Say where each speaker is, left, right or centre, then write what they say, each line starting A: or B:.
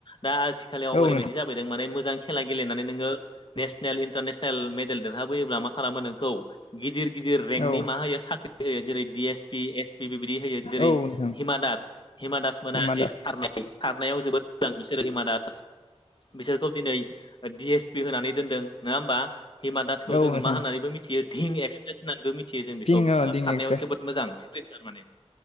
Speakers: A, on the left; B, on the left.
A: दा आथिखालियाव
B: औ
A: ओरैबायदि
B: नोंथां
A: जाबायदों माने मोजां खेला गेलेनानै नोङो नेसनेल इन्टारनेसनेल मेडेल देरहाबोयोब्ला मा खालामो नोंखौ गिदिर गिदिर रेंकनि
B: औ
A: मा होयो साख्रि होयो। जेरै- D S P, S B बे बायदि होयो। जेरै-
B: औ नोंथां
A: हिमा दास हिमा दास मोना
B: हिमा
A: जि
B: दास
A: खारनाय खारनायाव जोबोद मोजां बिसोरो हिमा दास बिसोरखौ दिनै बि एस पि होनानै दोनदों नङा होमबा। हिमा दासखौ
B: औ
A: जोङो
B: नोंथां
A: मा होननानैबो मिथियो दिहिं एक्सप्रेस होननानैबो मिथि मिथियो जों बिखौ।
B: पिं
A: बिथाङा
B: दिं
A: खारनायाव
B: एक्ट्रेस
A: जोबोद मोजां स्टार माने